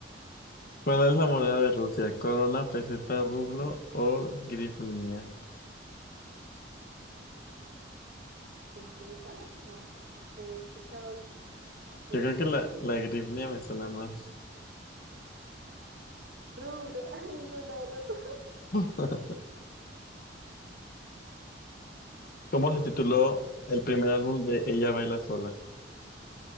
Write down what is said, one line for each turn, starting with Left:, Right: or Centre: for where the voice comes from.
Left: ¿Cuál es la moneda de Rusia? ¿Corona, peseta, rublo o grivnia?
Right: Mm, ¿peseta? No, no sé, he escuchado, no sé.
Left: Yo creo que la,
Right: Ay, no.
Left: la grivnia me suena más.
Right: Rublo, <laughs> a ninguno de los dos.
Left: <laughs> ¿Cómo
Right: ¿Cómo
Left: se tituló
Right: se titula?
Left: el primer álbum de Ella Baila Sola?